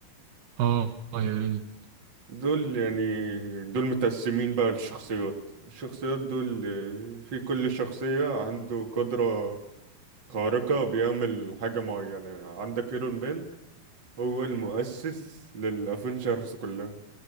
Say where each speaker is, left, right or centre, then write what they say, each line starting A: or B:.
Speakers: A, on the right (about 85°); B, on the right (about 30°).
A: آه يا ريت
B: دول يعني دول متقسمين بقى الشخصيات الشخصيات دول آه، في كل شخصية عنده قدرة خارقة بيعمل حاجة معينة عندك ايرون مان هو المؤسس للافينجرز كلها